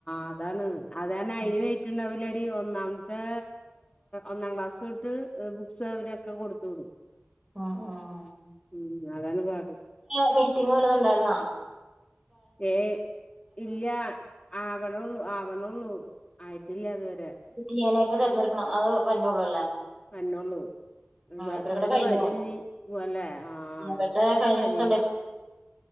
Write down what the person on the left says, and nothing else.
അതാണ് അതാണ് അയിന്
വെയ്റ്റ്ണ്ടാവൂല <unintelligible> ഒന്നാമത്തെ ഒന്നാം ക്ലാസ്സ് തൊട്ട് ബുക്സ് അവരൊക്കെ കൊട്ത്ത് വിടും
ഉം അതാണ് പാട്
ഏ ഇല്ല ആവ്ണോള്ള് ആവണോള്ളൂ ആയിട്ടില്ല ഇതുവ
വര്നോള്ളൂ അട്ത്തെന്നെ
വരൂ ഇനി പോവല്ലേ ആ
ഇപ്പോ തന്നെ
വരേനി